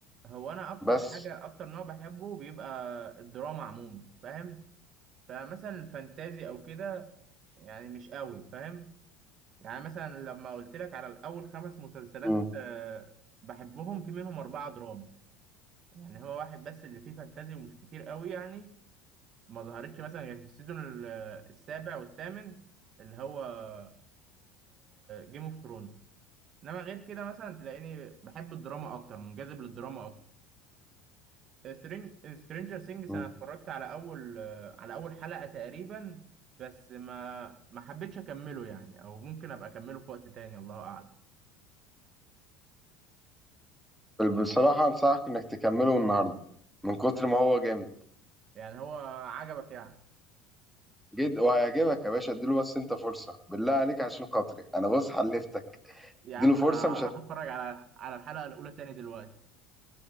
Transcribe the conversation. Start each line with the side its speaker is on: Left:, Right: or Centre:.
Right: هو انا اكتر
Centre: بس
Right: حاجه اكتر نوع بحبه بيبقى الدراما عموما فاهم فمثلا الفانتازي او كده يعني مش قوي فاهم يعني مثلا لما قلت لك على الاول خمس مسلسلات
Centre: مم.
Right: آه بحبهم في منهم اربعه دراما يعني هو واحد بس اللي فيه فانتازي ومش كتير قوي يعني ما ظهرتش مثلا غير في السيزون ال- آه، السابع والثامن اللي هو جيم اوف ثرونز انما غير كده مثلا تلاقيني بحب الدراما اكتر منجذب للدراما اكتر سترينج سترينجر سينجز
Centre: مم.
Right: انا اتفرجت على اول آه، على اول حلقة تقريبا بس ما ما حبيتش اكمله يعني او ممكن ابقى اكمله في وقت تاني الله اعلم
Centre: بصراحة أنصحك إنك تكمله النهاردة من كتر ما هو جامد
Right: يعني هو عجبك يعني
Centre: جد وهيعجبك يا باشا اديله بس أنت فرصة بالله عليك عشان خاطري أنا بص حلفتك
Right: يا
Centre: اديله
Right: عم
Centre: فرصة
Right: انا
Centre: مش
Right: راح
Centre: هت...
Right: اتفرج على على الحلقة الاولى تاني دلوقتي